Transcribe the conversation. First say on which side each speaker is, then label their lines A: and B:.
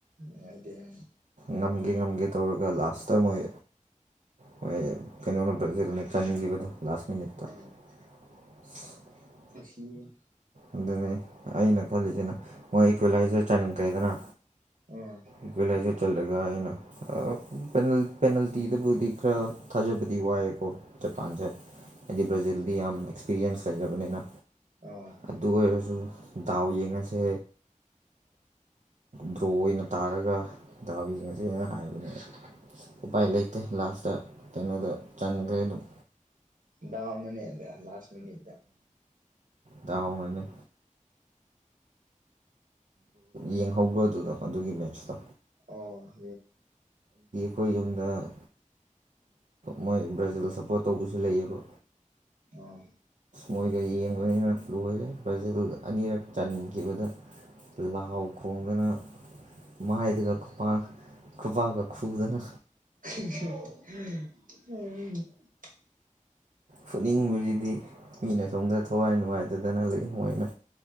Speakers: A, on the right; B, on the right.
A: ꯅꯨꯡꯉꯥꯏꯇ‌ꯦ
B: ꯉꯝꯒꯦ ꯉꯝꯒꯦ ꯇꯧꯔꯒ ꯂꯥꯁꯇ ꯃꯣꯏ ꯍꯣꯏ ꯀꯩꯅꯣꯅ ꯕ꯭ꯔꯥꯖꯤꯜꯅ ꯆꯥꯟꯈꯤꯕꯗꯣ ꯂꯥꯁ ꯃꯤꯅꯤꯠꯇ
A: ꯑꯥ
B: <unintelligible>
A: ꯑꯣ <unintelligible>
B: ꯑꯗꯨꯅꯤ ꯑꯩꯅ ꯈꯜꯂꯤꯁꯤꯅ ꯃꯣꯏ ꯏꯀ꯭ꯋꯦꯂꯥꯏꯖꯔ ꯆꯟꯈꯔ‌ꯦꯗꯅꯥ
A: ꯑꯥ
B: ꯏꯀ꯭ꯋꯦꯂꯥꯏꯖꯔ ꯆꯂꯒ ꯑꯩꯅ ꯑꯥ ꯄ‌ꯦꯅꯜ ꯄꯦꯅꯥꯜꯇꯤꯗꯕꯨꯗꯤ ꯈꯔ ꯊꯥꯖꯕꯗꯤ ꯋꯥꯏꯑ‌ꯦꯀꫭ ꯖꯄꯥꯟꯁꯦ ꯍꯥꯏꯗꯤ ꯕ꯭ꯔꯥꯖꯤꯜꯗꯤ ꯌꯥꯝ ꯑꯦꯛꯁꯄꯤꯔꯤꯌꯦꯟꯁ ꯂꯩꯔꯕꯅꯤꯅ
A: ꯑꯥ
B: ꯑꯗꯨ ꯑꯣꯏꯔꯁꯨ ꯗꯥꯎ ꯌꯦꯡꯉꯁꯦ ꯗ꯭ꯔꯣ ꯑꯣꯏꯅ ꯇꯥꯔꯒ ꯗꯥꯎ ꯌꯦꯡꯉꯁꯦꯅ ꯍꯥꯏꯕꯅꯤꯕ ꯎꯄꯥꯏ ꯂꯩꯇꯦ ꯂꯥꯁꯇ ꯀꯩꯅꯣꯗ ꯆꯪꯈ꯭ꯔꯦ ꯑꯗꯨꯝ
A: ꯗꯥꯎꯅꯅꯦꯕ ꯂꯥꯁ ꯃꯤꯅꯤꯠꯗ
B: ꯗ ꯑꯣꯅꯤ ꯌꯦꯡꯍꯧꯕ꯭ꯔ ꯑꯗꯨꯗꯣ ꯑꯗꯨꯒꯤ ꯕꯦꯟꯁꯇꯣ
A: ꯑꯣ ꯍ
B: ꯑꯩꯈꯣꯏ ꯌꯨꯝꯗ ꯃꯣꯏ ꯕ꯭ꯔꯥꯖꯤꯜ ꯁ ꯐꯣ ꯇꯧꯕꯁꯨ ꯂꯩꯌꯦꯕ
A: ꯑꯣ ꯑꯥ
B: ꯃꯣꯏꯒ ꯌꯦꯡꯕꯅꯤꯅ ꯂꯣꯏꯔꯦ ꯕ꯭ꯔꯖꯤꯜ ꯑꯅꯤꯔꯛ ꯆꯟꯈꯤꯕꯗ ꯂꯥꯎ ꯈꯣꯡꯗꯅ ꯃꯥꯏꯗꯨꯒ ꯈꯨꯄꯥꯛ ꯈꯨꯄꯥꯛꯒ ꯈꯨꯗꯅ
A: ꯎ
B: ꯐꯨꯅꯤꯡꯕꯁꯤꯗꯤ ꯃꯤꯅ ꯁꯣꯝꯗ ꯊꯋꯥꯏ ꯅꯨꯡꯉꯥꯏꯇꯗꯅ ꯂꯩ ꯃꯣꯏꯅ